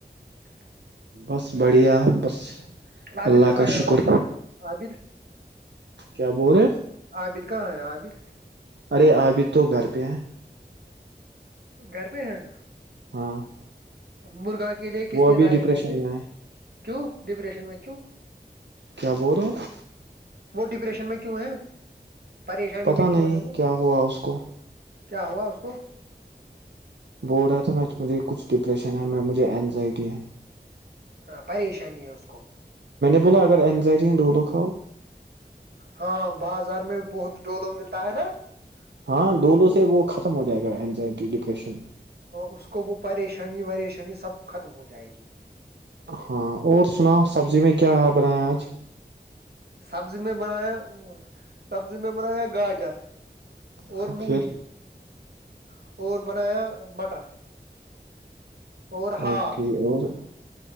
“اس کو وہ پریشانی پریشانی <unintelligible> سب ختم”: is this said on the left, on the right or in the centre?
Right